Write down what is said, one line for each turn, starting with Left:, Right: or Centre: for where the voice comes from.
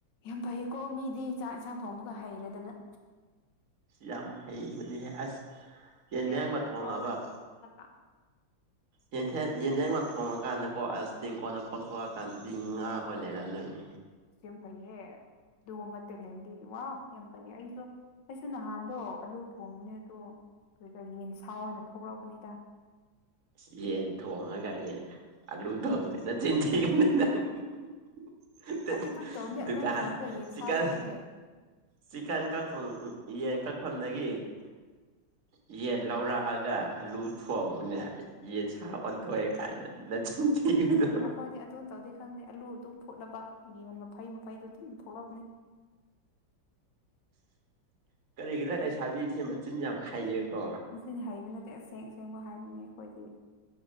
Left: ꯌꯥꯝ ꯐꯩꯌꯦꯀꯣ ꯃꯤꯗꯤ ꯆꯥꯛ ꯌꯦꯟꯁꯥꯡ ꯊꯣꯡꯕꯒ ꯍꯩꯔꯗꯅ
Right: ꯌꯥꯝ ꯍꯥꯏꯩꯕꯅ‌ꯦꯍ‌ꯦ ꯑꯁ ꯌꯦꯟꯗꯦꯝꯒ
Left: ꯆꯦꯝ ꯑꯣꯏꯈ꯭ꯔꯣ
Right: ꯊꯣꯡꯉꯕ
Left: ꯔꯦꯁꯇꯨꯔꯥꯟ ꯑꯃꯗ
Right: ꯌꯦꯟꯊꯦꯝ ꯌꯦꯟꯗꯦꯝꯒ ꯊꯣꯡꯉꯀꯥꯟꯗꯀꯣ ꯑꯁ ꯇꯦꯡꯀꯣꯜꯗ ꯀꯣꯊꯣꯛꯑꯀꯥꯟꯗꯗꯤ ꯉꯥ ꯑꯣꯏ ꯂꯩꯔꯝꯗꯣꯏꯅꯦ
Left: ꯌꯝ ꯐꯩꯍꯦ ꯑꯗꯨꯒꯨꯝꯕ ꯇꯦꯂꯦꯟꯗꯤ ꯋꯥ ꯌꯥꯝ ꯐꯩ ꯑꯩꯁꯨ ꯑꯩꯁꯨ ꯅꯍꯥꯟꯗꯣ ꯑꯂꯨ ꯊꯣꯡꯕꯅꯦ ꯑꯗꯣ ꯑꯗꯨꯒ ꯌꯦꯟ ꯁꯥ ꯑꯣꯏꯅ ꯊꯣꯛꯂꯛꯄꯅꯤꯗ
Right: ꯏꯁ ꯌꯦꯟ ꯊꯣꯡꯉꯒ ꯌꯦꯟ ꯑꯂꯨ ꯊ‌ꯣꯡꯕꯅꯤ ꯅꯆꯤꯟꯊꯤꯒꯅꯨ ꯅꯪ <unintelligible>
Left: ꯑꯩꯗꯤ ꯑꯗꯨꯝ ꯇꯧꯕꯅꯦ
Right: ꯗꯨꯀꯥꯟ
Left: ꯑꯂꯨ ꯊꯣꯡꯔꯒ ꯌꯦꯟꯁꯥ
Right: ꯗꯨꯀꯥꯟ
Left: ꯊꯣꯛꯑꯦ
Right: ꯆꯤꯀꯟ ꯀꯛꯐꯝ ꯌꯦꯟ ꯀꯛꯐꯝꯗꯒꯤ ꯌꯦꯟ ꯂꯧꯔꯛꯑꯒ ꯑꯂꯨ ꯊꯣꯡꯕꯨꯅꯦ ꯌꯦꯟ ꯁꯥ ꯑꯣꯟꯊꯣꯛꯑꯦ ꯀꯥꯏꯅ ꯅꯆꯤꯟ ꯊꯤꯒꯅꯨ
Left: ꯑꯈꯣꯏꯗꯤ ꯑꯗꯨꯝ ꯇꯧꯗꯦ ꯈꯪꯗꯦ ꯑꯥꯂꯨ ꯑꯗꯨꯝ ꯐꯨꯠꯂꯕ ꯌꯦꯟ ꯃꯐꯩ ꯃꯐꯩꯗꯣ ꯑꯗꯨꯝ ꯊꯣꯛꯂꯛꯄꯅꯦ
Right: <inaudible> ꯀꯔꯤꯒꯤꯔ ꯂꯩꯁꯥꯕꯤꯁꯦ
Left: ꯏꯁ
Right: ꯃꯆꯤꯟ ꯌꯥꯝ ꯍꯥꯏꯌꯦꯀꯣ
Left: ꯆꯤꯟ ꯍꯩꯕ ꯅꯠꯇꯦ ꯑꯁꯦꯡ ꯑꯁꯦꯡꯕ ꯍꯥꯏꯕꯅꯤ ꯑꯩꯈꯣꯏꯗꯤ